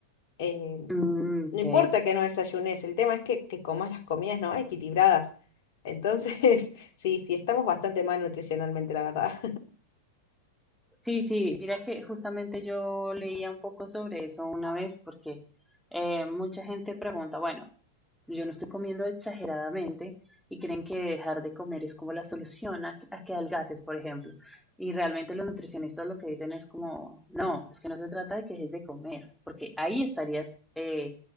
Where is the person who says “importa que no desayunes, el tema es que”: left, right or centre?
Left